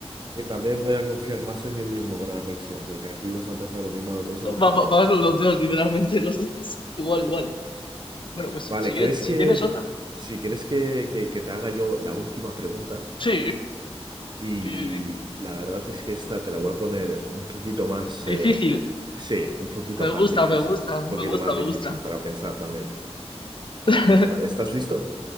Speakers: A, on the right (about 40°); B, on the left (about 50°).
A: Que tal vez vaya a confiar más en mí mismo para la próxima, porque aquí nos ha pasado lo mismo a los dos y hemos
B: Va-
A: cambiado.
B: va- Vamos los dos, literalmente, los dos. Igual, igual. Bueno, pues
A: Vale,
B: si
A: ¿quieres
B: quieres, si
A: que,
B: tienes otra.
A: si quieres que, que, que te haga yo la última pregunta?
B: Sí,
A: Y
B: sí, sí, sí.
A: la verdad es que esta te la voy a poner un poquito más, eh,
B: Difícil.
A: sí, un poquito
B: Me
A: más
B: gusta,
A: difícil,
B: me gusta,
A: un poquito
B: me gusta,
A: más
B: me
A: difícil
B: gusta.
A: para pensar también.
B: <laughs>
A: Vale, ¿estás listo?